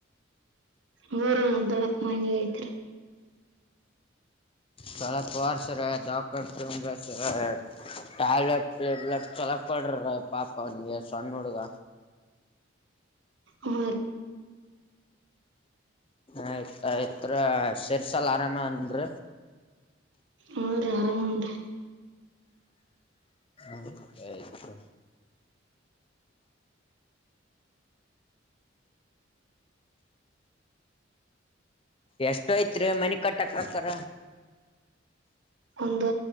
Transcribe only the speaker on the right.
ಅವರ ದೊಡಕ್ ಮನ್ ಐತ್ರಿ
ಆ
ಹಾ ರೀ ಆರಾಮನ್ರಿ
ಒಂದು